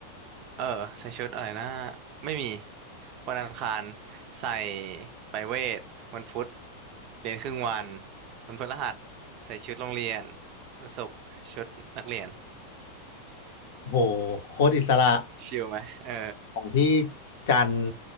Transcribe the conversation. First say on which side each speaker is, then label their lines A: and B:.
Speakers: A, on the right; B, on the left.
A: เออใส่ชุดอะไรนะไม่มีวันอังคารใส่ไปลายเวทวันพุธเรียนครึ่งวันวันพฤหัสใส่ชุดโรงเรียนวันศุกร์ชุดนักเรียน
B: โหโคตรอิสระ
A: <laughs> ชิลไหมเออ
B: ของพี่จันทร์